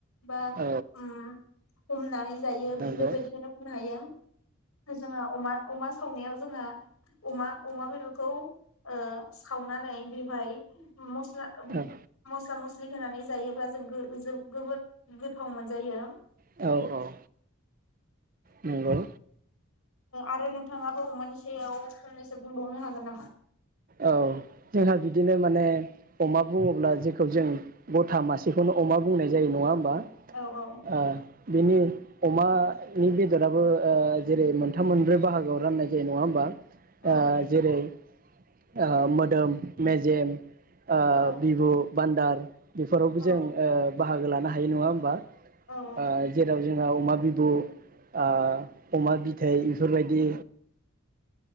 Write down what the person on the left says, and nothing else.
बा
उम हमनानै जायो बेफोरबादिखौनो
बुंनो हायो जोङो अमा अमा सावनायाव जोंहा अमा अमा बेदरखौ ओ सावनानै बेहाय मस
मस्ला मस्लि होनानै जायोब्ला जों गो जों जोबोद गोथाव मोनजायो।
आरो नोंथाङाबो अमानि सायाव फंनैसो बुंबावनो हागोन नामा?
औ औ
औ
औ
औ
औ